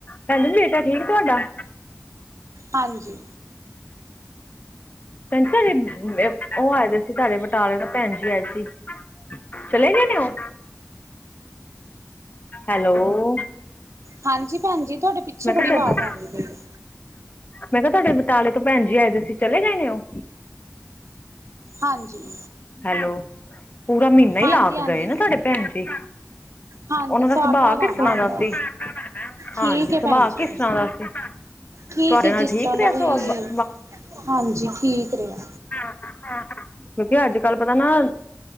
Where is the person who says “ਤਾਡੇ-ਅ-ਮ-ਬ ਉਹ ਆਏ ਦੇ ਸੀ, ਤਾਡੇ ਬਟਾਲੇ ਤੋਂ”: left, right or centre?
Left